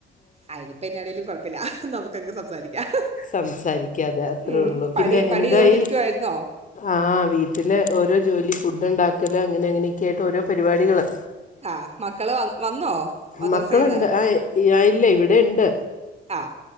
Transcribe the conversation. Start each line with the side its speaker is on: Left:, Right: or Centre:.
Right: അയിനിപ്പം എന്നാണെലും കൊഴപ്പില്ല നമുക്ക് അങ്ങ് സംസാരിക്കാം.
Left: സംസാരിക്കാതെ അത്രേ
Right: ഉം,
Left: ഉള്ളു
Right: പണി
Left: പിന്നെ
Right: പണി
Left: എന്തായി.
Right: ചെയ്തുകൊണ്ടിരിക്കുവായിരുന്നോ
Left: ആഹ് വീട്ടില് ഓരോ ജോലി ഫുഡ് ഉണ്ടാക്കൽ അങ്ങനെ എങ്ങനെയൊക്കെയായിട്ട് ഓരോ പരിപാടികള്.
Right: ആഹ് മക്കള് വ വന്നോ? മദ്രസേന്ന്
Left: മക്കളുണ്ട് ആയില്ല ഇവിടെയുണ്ട്.
Right: ആഹ്.